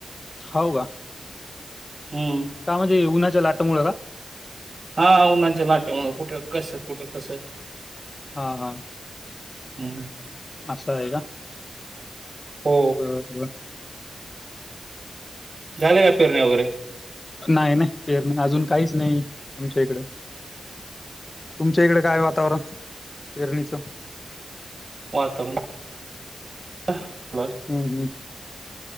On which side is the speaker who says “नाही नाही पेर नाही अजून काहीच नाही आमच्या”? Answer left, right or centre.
Left